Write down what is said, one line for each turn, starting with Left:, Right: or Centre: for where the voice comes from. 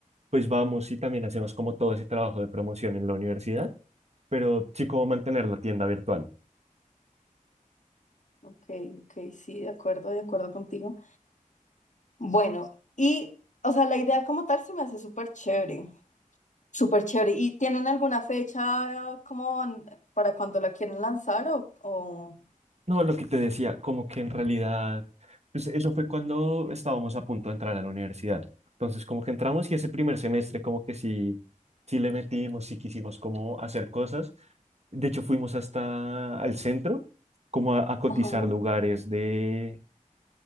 Right: pues vamos y también hacemos como todo ese trabajo de promoción en la universidad, pero sí como mantener la tienda virtual.
Left: Ok, ok, sí, de acuerdo, de acuerdo contigo. Bueno, y, o sea, la idea como tal se me hace súper chévere, súper chévere. ¿Y tienen alguna fecha como en- para cuando la quieren lanzar o, o...
Right: No, lo que te decía, como que en realidad, pues eso fue cuando estábamos a punto de entrar a la universidad. Entonces como que entramos y ese primer semestre como que sí, sí le metimos, sí quisimos como hacer cosas. De hecho fuimos hasta al centro como a a cotizar
Left: Ajá,
Right: lugares de